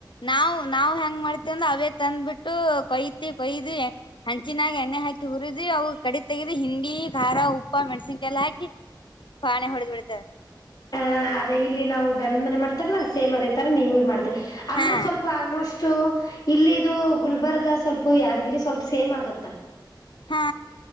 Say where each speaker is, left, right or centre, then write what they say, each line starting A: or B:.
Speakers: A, on the left; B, on the left.
A: ನಾವ್ ನಾವ್ ಹೆಂಗ್ ಮಾಡ್ತೇವಿ ಅಂದ್ರ ಅವೇ ತಂದ್ಬಿಟ್ಟು. ಕೊಯ್ತಿು ಕೊಯ್ದು ಹಂಚಿನಾಗ ಎಣ್ಣೆ ಹಾಕಿ ಹುರಿದು ಅ ಕಡ ತೆಗ್ದಿ ಹಿಂಡಿ ಖಾರ ಉಪ್ಪ. ಮಣ್ಸಿನ್ಕಲ್ಲ ಹಾಕಿ ಪಾಣೆ ಹೊಡೆದ್ ಬಿಡ್ತಾವ.
B: ಹಾ ಅದೇ ಇಲ್ಲಿ ನಾವು ಗಂಡನ್ ಮನಿ ಮಾಡ್ ಮಾಡ್ತರಲ್ಲ ಸೇಮ್ ಅದೇ ತರ ನೀವು ಮಾಡ್ತರಿ ಅಂದ್ರೆ
A: ಹಾ
B: ಸ್ವಲ್ಪ ಆಲ್ಮೋಸ್ಟ್ ಇಲ್ಲಿದು. ಗುಲ್ಬರ್ಗ ಸ್ವಲ್ಪ ಯಾದ್ಗಿರಿ ಸ್ವಲ್ಪ ಸೇಮ್ ಆಗತ್ತಾ.
A: ಹಾ